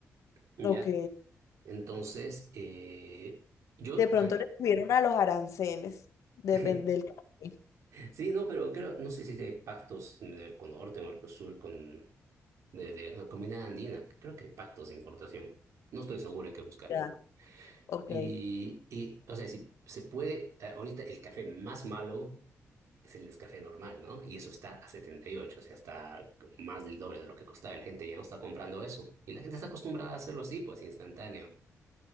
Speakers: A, on the right; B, on the left.
A: ¿ya?
B: ok.
A: Entonces, eh, yo,
B: De pronto
A: ah,
B: le subieron a los aranceles, depende
A: <laughs>
B: del café.
A: sí, no, pero creo, no sé si de pactos del con Norte, Mercosur, con, de, de la Comunidad Andina, creo que hay pactos de importación, no estoy seguro, hay que buscar.
B: Ya, ok.
A: Y, y, o sea, si se puede, eh, ahorita el café más malo es el café normal, ¿no? Y eso está a setenta y ocho o sea, está más del doble de lo que costaba. La gente ya no está comprando eso. Y la gente está acostumbrada a hacerlo así, pues instantáneo.